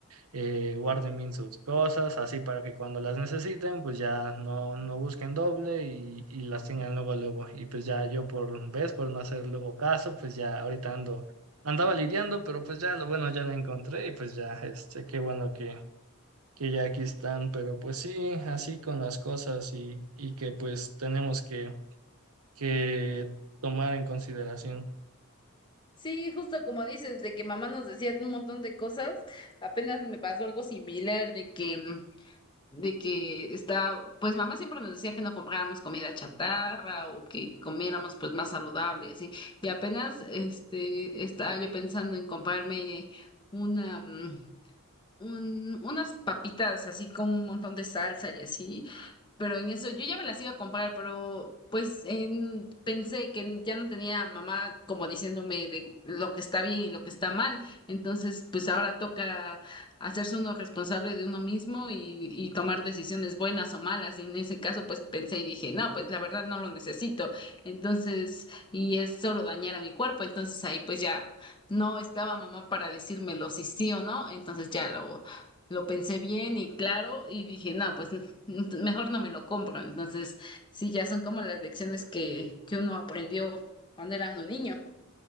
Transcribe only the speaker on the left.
Sí, justo como dices, de que mamá nos decía un montón de cosas, apenas me pasó algo similar, de que de que está, pues mamá siempre nos decía que no compráramos comida chatarra o que comiéramos pues más saludable, así. Y apenas este estaba yo pensando en comprarme una, mm, un- unas papitas así con un montón de salsa y así, pero en eso yo ya me las iba a comprar, pero pues en- pensé que ya no tenía mamá como diciéndome de lo que está bien y lo que está mal, entonces pues ahora toca hacerse uno responsable de uno mismo y, y tomar decisiones buenas o malas, y en ese caso pues pensé y dije, no, pues la verdad no lo necesito, entonces, y es solo dañar a mi cuerpo, entonces ahí pues ya. No estaba mamá para decírmelo si sí o no, entonces ya lo, lo pensé bien y claro y dije, no, pues <laughs> n- mejor no me lo compro. Entonces, sí, ya son como las lecciones que, que uno aprendió cuando era uno niño.